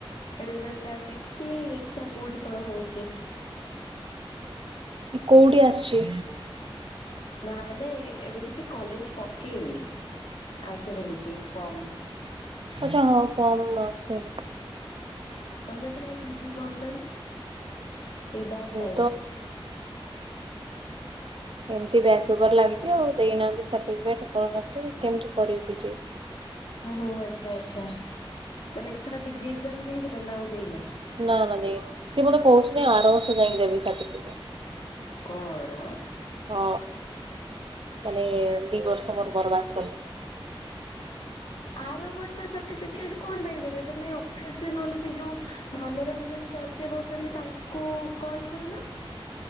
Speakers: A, on the left; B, on the right.
A: ରେଜଲ୍ଟ ଆସି ଛି ଦେଖିଆ କୋଉଠି କଣ ହଉଛି।
B: କୋଉଠି ଆସିଛି।
A: ନା ମାନେ ଏବେ କିଛି କଲେଜ ପକେଇନି ଆସିନି କିଛି ଫର୍ମ।
B: ଆଛା ହଁ ଫର୍ମ ଆସୁନି।
A: ତମେ କାଇଁ ପିଜି କଲନି ଏଇ ବ୍ୟାକ
B: ଏଇ
A: ପାଇଁ?
B: ହ ଏମିତି ବ୍ୟାଗ ପେପର ଲାଗିଛି ଆଉ ଦେଇନାହାନ୍ତି ସାର୍ଟିଫିକେଟ <unintelligible> କେମିତି କରିବି ଜେ।
A: ଓହୋ ଆଚ୍ଛା ଆ୍ଛା ମାନେ ଏଥର ପିଜି ଏକ୍ଜାମ ଦେଇଥିଲ ନା ଆଉ ଦେଇନ?
B: ନା ନା ଦେଇନି ସିଏ ମତେ କହୁଛନ୍ତିି ଆର ବର୍ଷ ଯାଇକି ଦେବେ ସାଟିଫିକେଟ୍।
A: କଣ
B: ହଁ ମାନେ ଦି ବର୍ଷ ମୋର ବର୍ବାଦ କରିଦେଲ।
A: ଆର ବର୍ଷ ସାର୍ଟିଫିକେଟ କଣ ପାଇଁ ଦେବେ ତମେ ଅଫିସରେ ନହେଲେ ସେଇ ଯୋଉ ମନୋରଞ୍ଜନ ସାର୍ ଯିଏ ବସନ୍ତି ତାଙ୍କୁ କଲ କରୁନ।